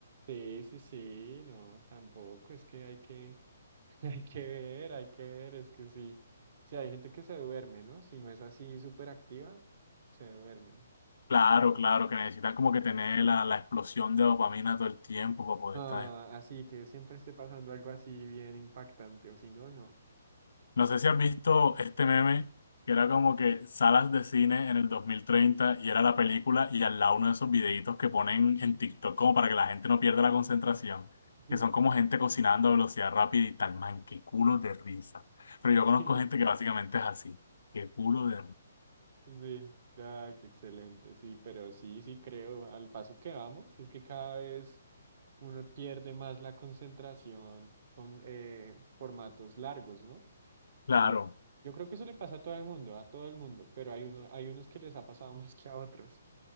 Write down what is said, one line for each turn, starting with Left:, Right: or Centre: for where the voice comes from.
Right: Sí, sí, sí, no, tampoco. Es que hay que, <laughs> hay que ver, hay que ver. Es que sí, sí, hay gente que se duerme, ¿no? Si no es así súper activa, se duermen.
Left: Claro, claro, que necesitas como que tener la, la explosión de dopamina todo el tiempo para poder
Right: Ah,
Left: estar
Right: así que siempre esté pasando algo así bien impactante, o si no, no.
Left: No sé si has visto este meme que era como que salas de cine en el 2030 y era la película y al lado uno de esos videitos que ponen
Right: <laughs>
Left: en TikTok como para que la gente no pierda la concentración,
Right: Sí,
Left: que son como gente cocinando a velocidad rápida y tal, man, qué culo de risa. Pero yo conozco
Right: sí,
Left: gente que básicamente es así, qué culo de risa.
Right: sí. Ah, qué excelente, sí, pero sí, sí creo, al paso que vamos, es que cada vez uno pierde más la concentración con eh, formatos largos, ¿no?
Left: Claro.
Right: Y yo creo que eso le pasa a todo el mundo, a todo el mundo, pero hay uno, hay unos que les ha pasado <laughs> más que a otros,